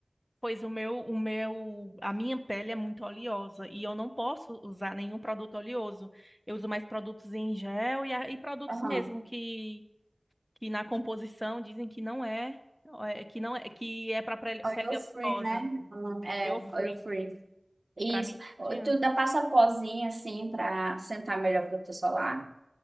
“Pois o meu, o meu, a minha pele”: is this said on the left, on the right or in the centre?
Centre